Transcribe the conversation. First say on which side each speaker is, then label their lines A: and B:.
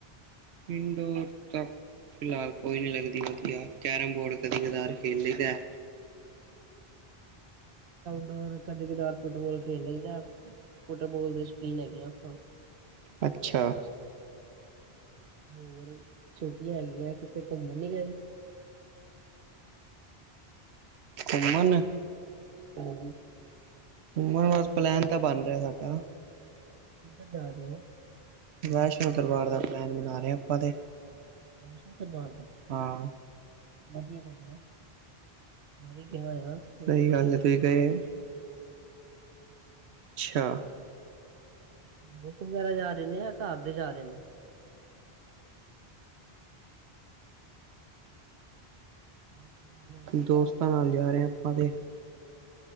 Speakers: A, on the right; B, on the right.
A: ਇੰਡੋਰ ਤੱਕ ਫਿਲਹਾਲ ਕੋਈ ਨਹੀਂ ਲੱਗਦੀ ਵਧੀਆ। ਕੈਰਮ ਬੋਰਡ ਕਦੀ-ਕਦਾਰ ਖੇਲ ਲਈਦਾ।
B: ਡੋਰ ਕਦੀ-ਕਦਾਰ ਫੁੱਟਬਾਲ ਖੇਲ ਲਈਦਾ। ਫੁੱਟਬਾਲ ਦੀ ਸਕੀਨ ਹੈਗੇ ਆ ਆਪਾਂ।
A: ਅੱਛਾ
B: ਹੋਰ ਛੋਟੀਆਂ ਹੈਗੀਆਂ ਕਿਥੇ ਘੁੰਮਣ ਨੀ ਗਏ
A: ਘੁੰਮਣ
B: ਹਾਂ ਜੀ
A: ਨਾ ਬਸ ਪਲੈਨ ਤਾਂ ਬਣ ਰਿਹਾ ਸਾਡਾ
B: ਕਿੱਧਰ ਜਾ ਰਹੇ ਹੋ
A: ਵੈਸ਼ਨੋ ਦਰਬਾਰ ਦਾ ਪਲੈਨ ਬਣਾ ਰਹੇ ਹਾਂ। ਆਪਾਂ ਤੇ
B: ਵੈਸ਼ਨੋ ਦਰਬਾਰ ਦਾ,
A: ਹਾਂ
B: ਵਧੀਆ ਜਗ੍ਹਾ ਐ। ਮੈਂ ਵੀ ਗਯਾ ਹੋਇਆ
A: ਸਹੀ
B: ਬੜੀ
A: ਗੱਲ
B: ਵਾਰੀ
A: ਹੈ।--ਤੁਸੀਂ ਗਏ ਅੱਛਾ।
B: ਦੋਸਤ ਵਗੈਰਾ ਯਾਰ ਕਲੇ ਜਾਂ ਘਰ ਦੇ ਜਾ ਰਹੇ ਨੇ। ਘਰ
A: ਦੋਸਤਾਂ
B: ਦੇ
A: ਨਾਲ ਜਾ ਰਹੇ ਆ ਆਪਾਂ ਤੇ